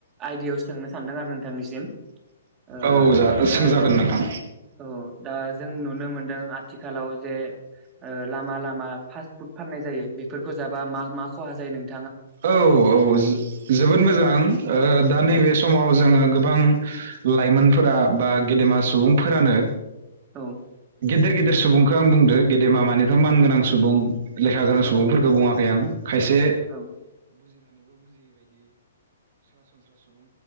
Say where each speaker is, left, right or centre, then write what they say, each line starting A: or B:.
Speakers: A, on the right; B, on the right.
A: आइदायावसो सोंनो सानदों आरों नोंथांनिसिम। ओ
B: औ जा
A: दा
B: सोंजागोन
A: जों
B: नोंथां
A: औ दा जों नुनो मोनदों आथि थिखालाव जे लामा लामा फास फुड फाननाय जायो बेफोरखौ जाबा मा मा खहा जायो नों
B: औ औ जोबोद मोजां दा
A: औ
B: नैबे समाव जोङो गोबां लाइमोनफोरा बा गेदेमा सुबुंफोरानो
A: औ
B: गेदेर गेदेर सुबुंखौ आं बुंदो गेदेमा मानिथ मानगोनां सुबुं लेखा गोरों
A: औ
B: सुबुंफोरखौ बुङाखै आं खायसे
A: औ